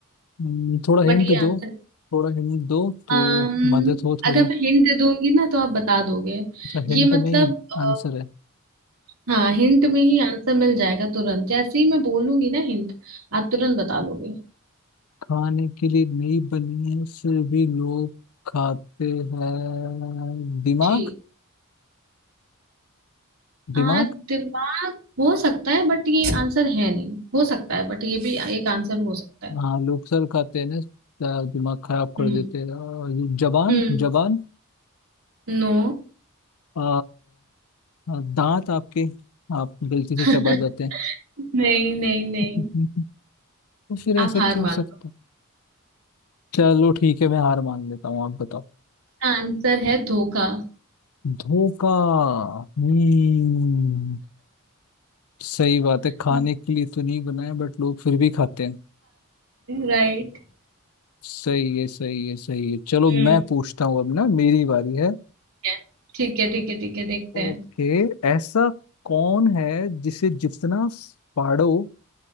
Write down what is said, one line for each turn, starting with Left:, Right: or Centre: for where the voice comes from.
Left: हम्म, थोड़ा हिंट
Right: बट ये
Left: दो
Right: आंसर
Left: थोड़ा हिंट दो तो
Right: um,
Left: मदद हो थोड़ी
Right: अगर मैं हिंट दे दूंगी ना तो आप बता दोगे
Left: अच्छा हिंट
Right: ये मतलब
Left: में ही
Right: अ,
Left: आंसर है
Right: हाँ हिंट में ही आंसर मिल जाएगा तुरंत जैसे ही मैं बोलूंगी ना हिंट आप तुरंत बता लोगे
Left: खाने के लिए नहीं बनी है फिर भी लोग खाते हैं दिमाग
Right: जी आ,
Left: दिमाग
Right: दिमाग हो सकता है बट ये आंसर है नहीं हो सकता है बट ये भी एक आंसर हो सकता है
Left: हाँ लोग सर खाते हैं ना अ, दिमाग खराब कर
Right: हम्म
Left: देते हैं और जबान
Right: हम्म
Left: जबान
Right: नो
Left: अ, अ, दांत आपके आप गलती से
Right: <laughs>
Left: चबा जाते हैं
Right: नहीं नहीं नहीं
Left: <laughs> तो फिर ऐसा
Right: आप हार
Left: क्या
Right: मान
Left: हो सकता
Right: लो
Left: है? चलो ठीक है मैं हार मान लेता हूँ आप बताओ
Right: उसका आंसर है धोखा
Left: धोखा हम्म सही बात है खाने
Right: <laughs>
Left: के लिए तो नहीं बना है बट लोग फिर भी खाते हैं
Right: राइट
Left: सही है सही है सही है चलो
Right: ठीक
Left: मैं पूछता हूँ अब ना मेरी बारी है
Right: है ठीक है ठीक है ठीक है देखते
Left: ओके
Right: हैं
Left: ऐसा कौन है जिसे जितना फाड़ो